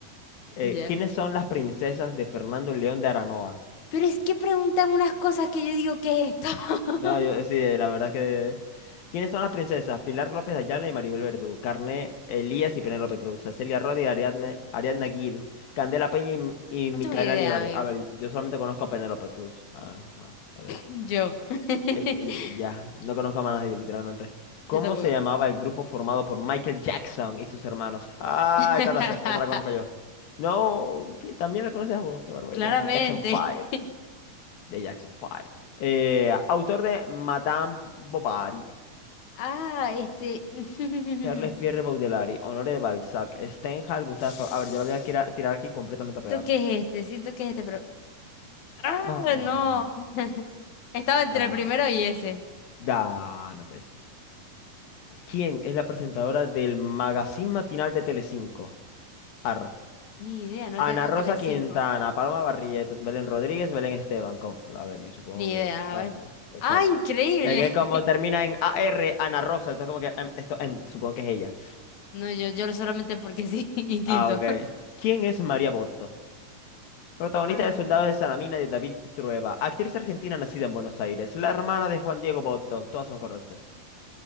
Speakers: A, on the left (about 80°); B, on the left (about 60°).
A: Eh,
B: Ya.
A: ¿quiénes son las princesas de Fernando León de Aranoa?
B: Pero es que preguntan unas cosas que yo digo, ¿qué es esto? <laughs>
A: No, yo sí, eh, la verdad es que. ¿Quiénes son las princesas? Pilar López de Ayala y Maribel Verdú. Carné Elías y Penélope Cruz. Cecilia Rodi y Ariadne- Ariadna Gil. Candela Peña y, M- y Micaela
B: No tengo idea,
A: Aníbal.
B: oiga.
A: A ver, yo solamente conozco a Penélope Cruz. Ah, no, bueno, ok.
B: Yo. <laughs>
A: Eh, eh, ya, no conozco a más nadie, literalmente. ¿Cómo
B: Yo tampoco.
A: se llamaba el grupo formado por Michael Jackson y sus hermanos? Ah,
B: <laughs>
A: esta la, sé- esta la conozco yo. No, que también la conoces vos, qué barbaridad.
B: Claramente.
A: The Jackson Five
B: <laughs>
A: The Jackson Five Eh, autor de Madame Bovary,
B: Ah, este. <laughs>
A: Charles Pierre Baudelaire, Honoré de Balzac, Stendhal, Gustave
B: Siento
A: Flaubert. A ver, yo la voy a tirar, tirar aquí completamente peor.
B: que es este, siento que es este, pero. ¡Ah,
A: Ah,
B: no! <laughs> Estaba entre
A: ah.
B: el primero y ese.
A: Da, no puede ser. ¿Quién es la presentadora del magazine matinal de Telecinco? Ar.
B: Ni idea, no
A: Ana
B: tengo
A: Rosa
B: Telecinco.
A: Quintana, Paloma Barrientos, Belén Rodríguez, Belén Esteban. com- A ver, yo supongo
B: Ni
A: que.
B: idea,
A: ah,
B: a ver.
A: exacto.
B: ¡Ah, increíble!
A: Es que como
B: <laughs>
A: termina en A R Ana Rosa, entonces como que em, esto, em, supongo que es ella.
B: No, yo, yo solamente porque sí, <laughs> instinto.
A: Ah, ok. ¿Quién es María Botto? Protagonista
B: Ah,
A: de Soldados de Salamina de David Trueba, actriz argentina nacida en Buenos Aires, la hermana de Juan Diego Botto. Todas son correctas.